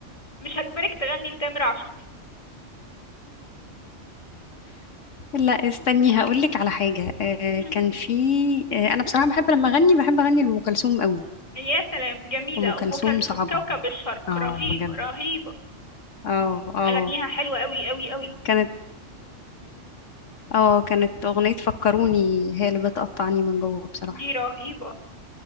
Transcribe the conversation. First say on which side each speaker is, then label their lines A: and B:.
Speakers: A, on the left; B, on the left.
A: مش هجبرك تغني لتامر عاشور
B: لا استني هقول لك على حاجه آه
A: مم.
B: كان في آه انا بصراحه بحب لما اغني بحب اغني لام كلثوم قوي
A: يا سلام جميلة
B: ام كلثوم
A: أم كلثوم
B: صعبه
A: كوكب الشرق
B: اه
A: رهيبة
B: بجد
A: رهيبة
B: اه اه
A: أغنيها حلوة أوي أوي أوي
B: كانت اه كانت أغنية فكروني هي اللي بتقطعني من جوه بصراحة
A: دي رهيبة